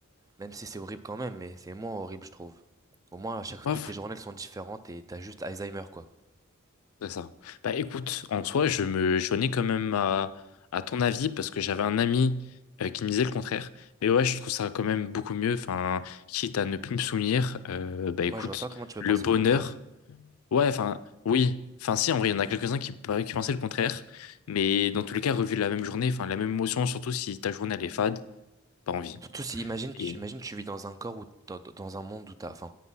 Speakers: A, on the right (about 15°); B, on the left (about 85°).
A: même si c'est horrible quand même, mais c'est moins horrible je trouve. Au moins, à chaque
B: moi,
A: toutes tes journées elles sont différentes et t'as juste Alzheimer quoi.
B: C'est ça. Bah écoute, en soi, je me joignais quand même à, à ton avis parce que j'avais un ami euh, qui me disait le contraire. Mais ouais, je trouve ça quand même beaucoup mieux. Enfin, quitte à ne plus me souvenir, euh, bah écoute,
A: Moi, je vois pas comment tu peux
B: le
A: penser
B: bonheur,
A: le contraire.
B: ouais, enfin, oui. Enfin, si, en vrai, il y en a quelques-uns qui, par- qui pensaient le contraire. Mais dans tous les cas, revivre la même journée, enfin, la même émotion, surtout si ta journée, elle est fade, pas envie.
A: Tout, si- imagine, tu,
B: Et
A: imagine, tu vis dans un corps ou dans, dans un monde où t'as, enfin,